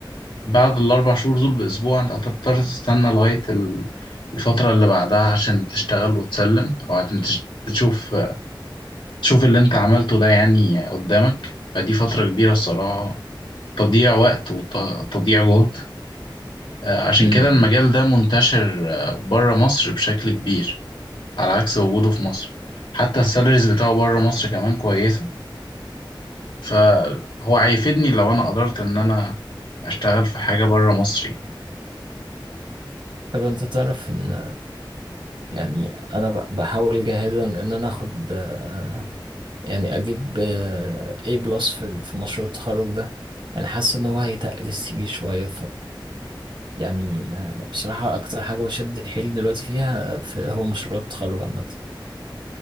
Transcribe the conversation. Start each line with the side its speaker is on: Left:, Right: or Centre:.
Left: بعد الأربع شهور دول بأسبوع أنت هتضطر تستنى لغاية ال- الفترة اللي بعدها عشان تشتغل وتسلم أو عشان تش- تشوف تشوف اللي أنت عملته ده يعني قدامك فدي فترة كبيرة الصراحة تضييع وقت وتضييع جهد آه، عشان
Right: امم
Left: كده المجال ده منتشر آه، بره مصر بشكل كبير على عكس وجوده في مصر حتى السالاريز بتاعه بره مصر كمان كويسة فهو هيفيدني لو أنا قدرت إن أنا أشتغل في حاجة بره مصر يعني.
Right: طب انت تعرف ان يعني انا ب- بحاول جاهدا ان انا اخد آه، يعني اجيب آه، A بلس في ال- في مشروع التخرج ده يعني حاسس ان هو هيتقل السي في شوية يعني آه، بصراحة أكتر حاجة بشد حيلي دلوقتي فيها آه، في هو مشروع التخرج عامة